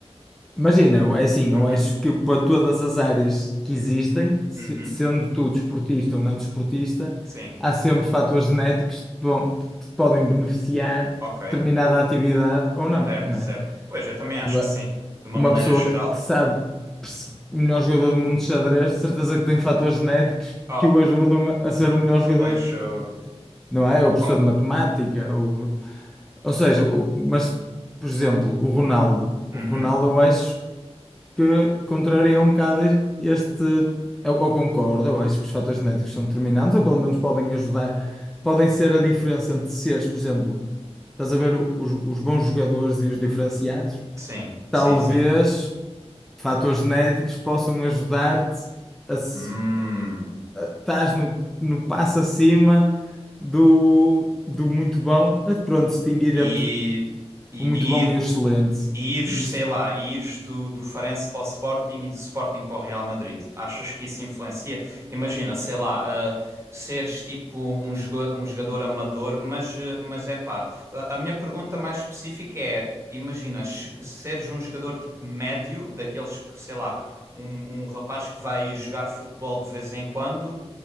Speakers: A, in the centre; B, on the right.
A: imagina, é assim, eu
B: Uhum,
A: acho que para todas as áreas que existem, se-
B: uhum,
A: sendo tu desportista ou não desportista,
B: sim,
A: há sempre fatores genéticos que te vão- que te podem beneficiar
B: ok,
A: determinada atividade ou não,
B: certo,
A: não
B: certo.
A: é?
B: Pois eu também acho
A: Ba-
B: que sim, de uma
A: Uma
B: maneira
A: pessoa
B: geral.
A: que, que sabe perce- o melhor jogador do mundo de xadrez, de certeza que tem fatores genéticos
B: Oh,
A: que o ajudam a a ser o melhor jogador,
B: Pois,
A: de-
B: uh,
A: de- não é? Ou professor
B: com...
A: de matemática, ou, ou seja, o- mas, por exemplo, o Ronaldo. O
B: Uhum.
A: Ronaldo, eu acho que contraria um bocado este. Eu, eu concordo, eu acho que os fatores genéticos são determinantes, ou pelo menos podem ajudar, podem ser a diferença entre seres, por exemplo. Estás a ver o- os, os bons jogadores e os diferenciados?
B: Sim,
A: talvez
B: sim, sim.
A: fatores genéticos possam ajudar-te a se-
B: Hum.
A: estás no, no passo acima do, do muito bom, a pronto, distinguir
B: E,
A: entre
B: e,
A: o muito bom e o excelente.
B: e E ires,
A: Não
B: sei
A: se-
B: lá, e ires do, do Farense para o Sporting e do Sporting para o Real Madrid. Achas que isso influencia? Imagina, sei lá, ah, seres tipo um, jogo, um jogador amador, mas, ah, mas é pá. A, a minha pergunta mais específica é: imagina, che- seres um jogador tipo médio, daqueles que, sei lá, um, um rapaz que vai jogar futebol de vez em quando,